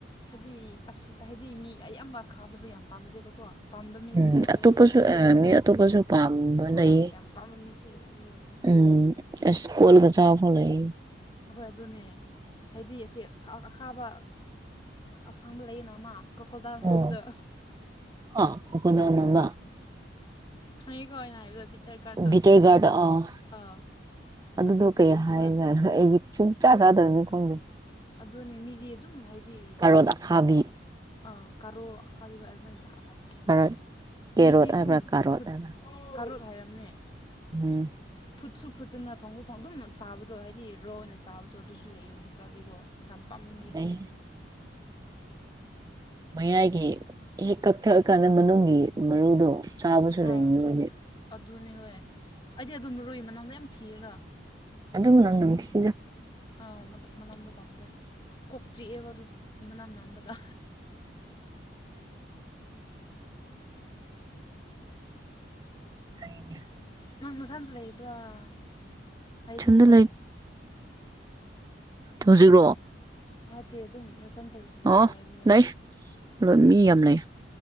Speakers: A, on the left (about 25°); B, on the right (about 20°).
A: ꯍꯥꯏꯗꯤ ꯑꯁꯤ ꯍꯥꯏꯗꯤ ꯃꯤ ꯑꯌꯥꯝꯕ ꯈꯥꯕꯗꯣ ꯌꯥꯝ ꯄꯥꯝꯗꯦꯕꯀꯣ ꯄꯥꯝꯕ ꯃꯤꯁꯨ
B: ꯎꯝ
A: ꯌꯥꯎꯋꯦ
B: ꯑꯇꯣꯞꯄꯁꯨ
A: ꯑꯗꯨꯕꯨ
B: ꯃꯤ ꯑꯇꯣꯞꯄꯁꯨ ꯄꯥꯝꯕ
A: ꯍꯣꯏ
B: ꯂꯩꯌꯦ
A: ꯌꯥꯝ ꯄꯥꯝꯕ ꯃꯤꯁꯨ ꯌꯥꯎꯋꯦ ꯌꯥꯎꯋꯦ꯫
B: ꯎꯝ ꯏꯁ ꯀꯣꯜꯒ ꯆꯥ ꯐꯥꯎ ꯂꯩ꯫
A: ꯑꯍꯣꯏ ꯑꯗꯨꯅꯦ ꯍꯥꯏꯗꯤ ꯑꯁꯤ ꯑꯈꯥꯕ ꯑꯁꯥꯡꯕ ꯂꯩꯌꯦꯅ ꯑꯃꯑ꯫ ꯀꯣꯀꯣꯗꯜ ꯃꯟꯕꯗꯣ
B: ꯎꯝ ꯑꯥ ꯀꯣꯀꯣꯅꯠ ꯃꯃꯥ
A: ꯈꯪꯉꯤꯀꯣꯅ ꯍꯥꯏꯕꯗꯣ ꯕꯤꯇꯔ ꯒꯥꯔꯗꯣ
B: ꯕꯤꯇꯔ ꯒꯥꯔꯗ ꯑꯥ
A: ꯑꯥ
B: ꯑꯗꯨꯗꯣ
A: ꯑꯗꯨꯗꯤ
B: ꯀꯩ ꯍꯥꯏ
A: ꯍꯣꯏ ꯃꯤ
B: ꯍꯧꯖꯤꯛꯁꯨ ꯆꯥꯛ ꯆꯥꯗꯝꯅꯤ ꯈꯪꯗꯦ
A: ꯑꯗꯨꯅꯦ ꯃꯤꯗꯤ ꯑꯗꯨꯝ ꯍꯥꯏꯗꯤ
B: ꯀꯔꫭꯠ ꯑꯈꯥꯕꯤ
A: ꯑꯥ ꯀꯥꯔꯣ ꯑꯈꯥꯕꯤꯍꯣ ꯑꯗꯨꯃꯥꯏꯅ ꯇꯥꯛꯒ ꯑꯗꯨꯃꯥꯏꯅ
B: ꯀꯥꯔꯣꯠ
A: ꯇꯧꯔꯒ
B: ꯀꯦꯔꯣꯠ
A: ꯃꯤꯗꯤ ꯑꯗꯨꯝ
B: ꯍꯥꯏꯕ꯭ꯔꯥ ꯀꯥꯔꯣꯠ
A: ꯐꯨꯠ
B: ꯍꯥꯏꯕ꯭ꯔꯥ
A: ꯇꯔꯨꯠ ꯍꯥꯏꯔꯝꯅꯦ
B: ꯎꯝ
A: ꯐꯨꯠꯁꯨ ꯐꯨꯠꯇꯅ ꯊꯣꯡꯗꯣꯛ ꯊꯣꯡ ꯑꯗꯨꯝ ꯆꯥꯕꯗꯣ ꯍꯥꯏꯗꯤ ꯔꯣ ꯑꯣꯏꯅ ꯆꯥꯕꯗꯣ ꯑꯗꯨꯁꯨ ꯂꯩꯕ ꯃꯤ ꯈꯔꯗꯤꯀꯣ ꯌꯥꯝ ꯄꯥꯝꯅꯤꯗꯤ
B: ꯑꯗꯩ ꯃꯌꯥꯏꯒꯤ ꯍꯦꯛ ꯀꯛꯊꯛꯑ ꯀꯥꯟꯗ ꯃꯅꯨꯡꯒꯤ ꯃꯔꯨꯗꯣ ꯆꯥꯕꯁꯨ ꯂꯩꯅꯤ
A: ꯑꯥ
B: ꯃꯣꯏꯗꯤ
A: ꯑꯗꯨꯅꯦ ꯍꯣꯏ ꯑꯩꯗꯤ ꯑꯗꯨꯝ ꯃꯔꯣꯏ ꯃꯅꯝꯗꫭ ꯌꯥꯝ ꯊꯤꯌꯦꯒ
B: ꯑꯗꯨꯝ ꯂꯥꯡꯗꯝꯈꯤ
A: ꯑꯥ ꯃꯅ ꯃꯅꯝꯗꯣ ꯄꯥꯝꯗꯦ ꯀꯣꯛ ꯆꯤꯛꯑꯦꯕ ꯑꯗꯨ ꯃꯅꯝ ꯅꯝꯕꯗ
B: ꯍꫭꯏꯅꯦ
A: ꯅꯪ ꯅꯊꯟ ꯂꯩꯕ꯭ꯔꫭ ꯍꯥꯏꯗꯤ
B: ꯏꯊꯟꯗ ꯂꯩ ꯍꯧꯖꯤꯛꯔꫭ
A: ꯅꯠꯇꯦ ꯑꯗꯨꯝ ꯅꯊꯟꯇ ꯂꯩꯕ꯭ꯔꯥ
B: ꯑꯣ
A: ꯍꯥꯏꯅꯤꯗ
B: ꯂꯩ ꯃꯤ ꯌꯥꯝ
A: ꯑꯣ
B: ꯂꯩ